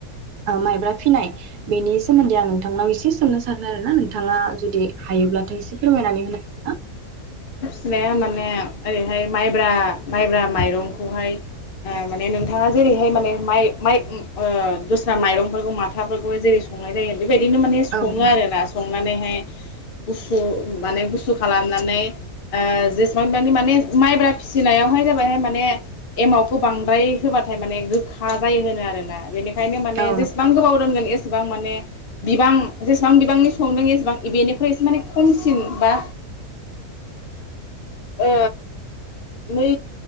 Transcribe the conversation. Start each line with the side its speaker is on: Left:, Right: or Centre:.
Right: ओ माइब्रा फिनाय बेनि सोमोन्दै आं नोंथांनाव एसे सोंनो सानो आरोना नों थाङा जुदि हायोब्लाथाय एसे फोरमायनानै होनो हा
Left: फिनाया माने ओरैहाय माइब्रा माइब्रा माइरंखौहाय ओ माने नोंथाङा जेरैहाय माने माइ माइ उम ओ दस्रा माइरंफोरखौ माथाफोरखौ जेरै संनाय जायो बेबायदिनो माने सङो
Right: औ
Left: आरोना सं थांनानैहाय गुसु माने गुसु खालामनानै ओ जेसेबां <unintelligible> माने माइब्रा फिसिनायावहाय <unintelligible> माने एमावखौ बांद्राय होबाथाय माने गोखा जायो होनो आरोना बेनि ओंखायनो माने
Right: औ
Left: जेसेबां गोबाव दोनगोन एसेबां माने बिबां जेसेबां बिबांनि संदों एसेबां बेनिखफ्राय एसे माने खमसिन बा ओ नै